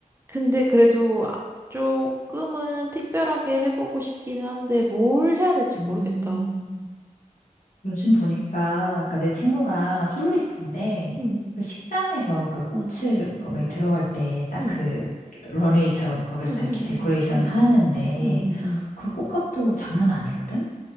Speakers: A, on the right; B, on the left.
A: 근데 그래도 아- 조금은 특별하게 해보고 싶기는 한데 뭘 해야 될지
B: 음.
A: 모르겠다.
B: 요즘 보니까 그니까내 친구가 플로리스트인데
A: 응.
B: 그 식장에서 그 꽃을
A: 응.
B: 거기
A: 응,
B: 들어갈 때 딱
A: 응,
B: 그 런웨이처럼 거기를
A: 응, 응,
B: 다 이렇게 데코레이션
A: 응,
B: 하는데
A: 응, 응, 응.
B: 그 꽃값도 장난 아니거든?